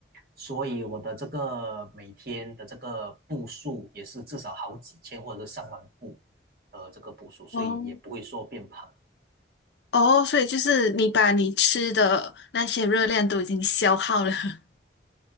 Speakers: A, on the right (about 55°); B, on the left (about 80°).
A: 所以我的这个每天的这个步数也是至少好几千或者是上万步的这个步数，所以也不会说变胖。
B: 哦哦，所以就是你把你吃的那些热量都已经消耗了。<laughs>